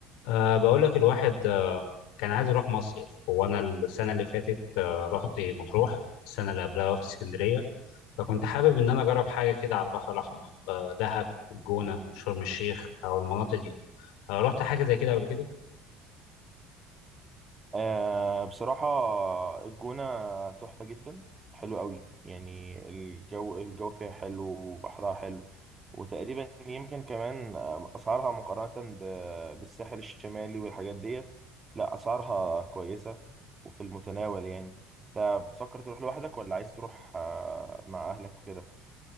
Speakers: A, on the left (about 60°); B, on the right (about 25°).
A: أه بقول لك الواحد آه، كان عايز يروح مصيف هو أنا السنة اللي فاتت أه رحت مطروح السنة اللي قبلها رحت اسكندرية فكنت حابب إن أنا أجرب حاجة كده على البحر الأحمر أه دهب الجونة شرم الشيخ أو المناطق دي أه رحت حاجة زي كده قبل كده
B: آه بصراحة الجونة تحفة جدا حلو قوي يعني الجو الجو فيها حلو وبحرها حلو وتقريبا يمكن كمان آه، أسعارها مقارنة ب- بالساحل الشمالي والحاجات ديت لا أسعارها كويسة وفي المتناول يعني أنت بتفكر تروح لوحدك ولا عايز تروح آه، مع أهلك وكده؟